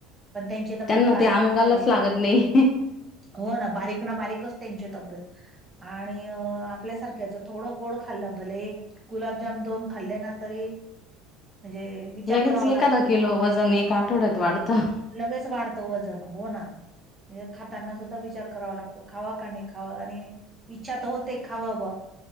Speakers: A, on the right; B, on the left.
A: पण त्यांची तब्येत
B: त्यांना
A: बारीक
B: ते अंगालाच
A: ना बारीकच.
B: लागत नाही
A: <inaudible> हो ना बारीक ना बारीकच त्यांची तब्येत. आणि आपल्यासारख्याच थोडं गोड खाल्लं भले एक गुलाबजाम दोन खाल्ले ना तरी म्हणजे विचार
B: लगेच
A: करावा लागतो
B: एखादा किलो वजन एक आठवड्यात वाढतं.
A: लगेच वाढतं वजन हो ना. म्हणजे खाताना सुद्धा विचार करावा लागतो खावा का नाही खावा का नाही. इच्छा तर होते खावावं